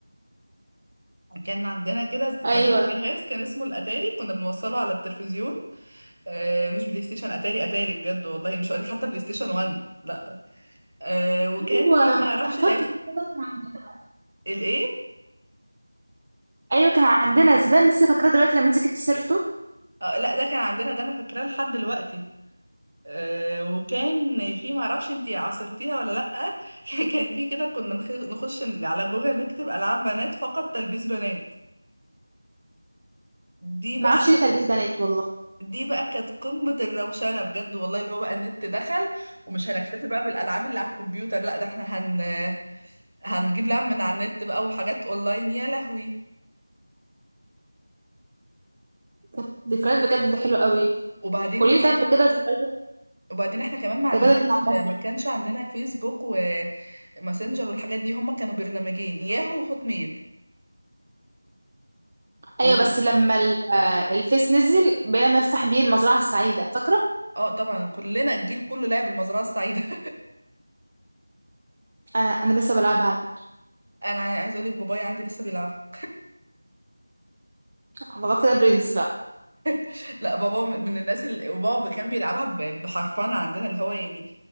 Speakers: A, on the right (about 50°); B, on the right (about 30°).
A: <laughs> كان عندنا كده زمان
B: ايوه
A: جهاز كان اسمه الاتاري كنا بنوصله على التلفزيون آه مش بلاي ستيشن اتاري اتاري بجد والله مش هقولك حتى بلاي ستيشن 1 لا آه وكان
B: ايوه
A: في ما اعرفش
B: انا
A: لعب
B: فاكرة والله كان عندنا
A: الايه
B: ايوه كان عندنا صدق أنا لسه فاكراه دلوقتي لما انت جبت سيرته
A: آه لا ده كان عندنا ده انا فاكراه لحد دلوقتي آه وكان في ما اعرفش انتي عاصرتيها ولا لا <laughs> كان في كده كنا نخ- نخش على جوجل نكتب العاب بنات فقط تلبيس بنات دي بقى
B: ما اعرفش ليه
A: كانت
B: تلبيس بنات والله
A: دي بقى كانت قمة الروشنة بجد والله اللي هو بقى النت دخل ومش هنكتفي بقى بالألعاب اللي على الكمبيوتر لا ده احنا هن هنجيب لعب من على النت بقى وحاجات اونلاين يا لهوي
B: كانت ذكريات بجد حلوه قوي
A: وبعدين
B: قولي
A: كمان
B: لي طب كده ذكرياتك
A: وبعدين احنا كمان ما عندناش
B: ذكرياتك مع المصري
A: ما كانش عندنا فيسبوك وماسنجر والحاجات دي هما كانوا برنامجين ياهو وهوت ميل وال...
B: ايوه بس لما ال- آه، الفيس نزل بقينا نفتح بيه المزرعه السعيده فاكره
A: اه طبعا كلنا الجيل كله لعب المزرعة السعيدة <laughs>
B: آه، انا لسه بلعبها على فكرة.
A: انا عايز اقول لك بابايا عندي لسه بيلعبها
B: على الله كده برنس بقى
A: <laughs> لا بابا من الناس اللي بابا كان بيلعبها ب- بحرفنة عندنا اللي هو يعني